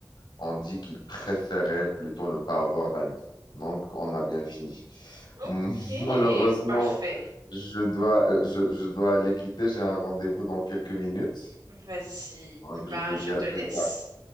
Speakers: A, on the left; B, on the right.
A: ont dit qu'ils préféraient plutôt ne pas avoir d'amis. Donc, on a bien fini. <laughs>
B: Ok,
A: Malheureusement,
B: parfait.
A: je dois, euh, je, je dois aller quitter. J'ai un rendez-vous dans quelques minutes.
B: Vas-y.
A: Donc,
B: Ben,
A: je te dis
B: je te
A: à plus
B: laisse.
A: tard.